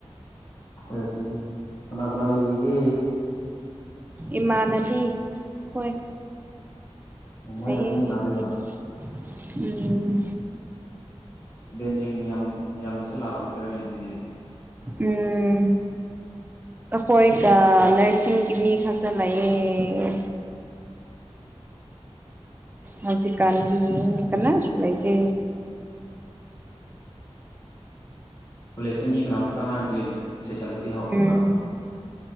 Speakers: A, on the left (about 30°); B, on the right (about 15°).
A: ꯀꫭꯂꯦꯖꯇꯗꯤ ꯀꯅꯥ ꯀꯅꯥ ꯂꯩꯔꯤꯒꯦ
B: ꯏꯃꯥꯟꯅꯕꯤ ꯍꯣꯏ
A: ꯃꯣꯏꯒ
B: ꯂꯩꯌꯦ
A: ꯆꯪꯃꯤꯟꯅꯗꯣꯏꯕ
B: ꯑꯩ ꯎꯝ
A: ꯁ꯭ꯇꯨꯗꯦꯟꯁꯤꯡ ꯌꯥꯝ ꯌꯥꯝꯅꯁꯨ ꯂꯥꯛꯂꯝꯈꯤꯔꯣꯏꯅꯦ ꯑꯗꯨꯗꯤ
B: ꯎꯝ ꯑꯩꯈꯣꯏꯒ ꯅꯔꯁꯤꯡꯒꯤ ꯃꯤ ꯈꯛꯇ ꯂꯩꯌꯦ ꯍꯧꯖꯤꯛꯀꯥꯟꯒꯤ ꯃꯤ ꯀꯅꯥꯁꯨ ꯂꯩꯇꯦ
A: ꯀꯣꯂꯦꯖꯇ ꯃꯤ ꯀꯅꯥꯝꯇ ꯀꯥꯟꯅꯗ꯭ꯔꯤ ꯁꯦꯁꯟꯕꯨꯗꯤ ꯍꯧꯈ꯭ꯔꯕ
B: ꯎꯝ